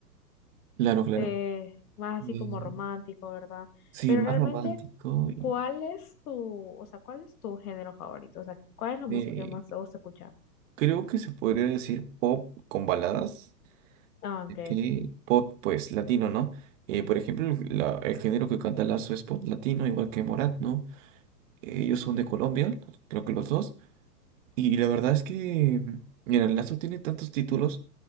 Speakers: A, on the right (about 50°); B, on the left (about 60°).
A: Claro, claro.
B: eh, más así
A: Eh,
B: como romántico, ¿verdad?
A: sí,
B: Pero
A: más
B: realmente,
A: romántico y
B: ¿cuál es tu, o sea, cuál es tu género favorito? O sea, ¿cuál es la
A: de-
B: música que más te gusta escuchar?
A: creo que se podría decir pop con baladas,
B: Ah, ok.
A: ya que pop pues latino, ¿no? Eh, por ejemplo, el la- el género que canta Lazo es pop latino, igual que Morat, ¿no? Ellos son de Colombia, creo que los dos. Y la verdad es que, mira, el Lazo tiene tantos títulos